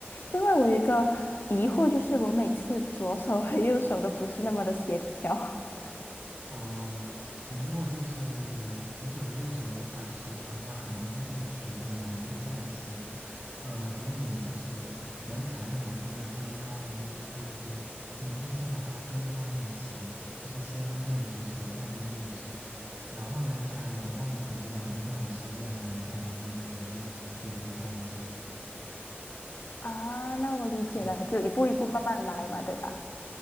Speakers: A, on the left; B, on the right.
A: 另外，我有一个疑惑，就是我每次左手和右手都不是那么的协调 <laughs>
B: 哦，你如果就是左手和右手没法协调的话，可能是这个曲子的难度暂时，呃，比你就是能弹的难度要稍微高的那么一丢丢。你可以先把它分开练习，就是先练左手，再练右手，然后呢，再等到你感觉两边都很熟练了，你再把它们尝试组合在一块。
A: 啊。那我理解了，
B: 嗯。
A: 就一步一步慢慢来嘛，对吧？